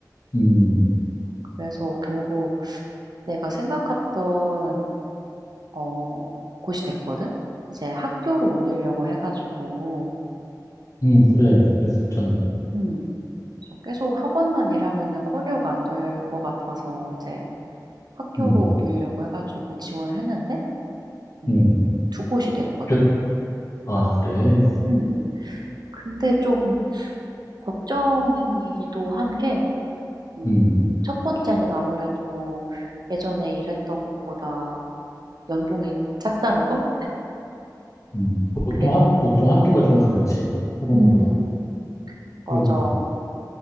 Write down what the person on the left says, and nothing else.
음,
음, 그래, 그랬었잖아.
음,
음,
그래? 아, 그래?
음,
음. 보통
학, 보통 학교가
좀 그렇지. 학원보다.
그럴 것 같아.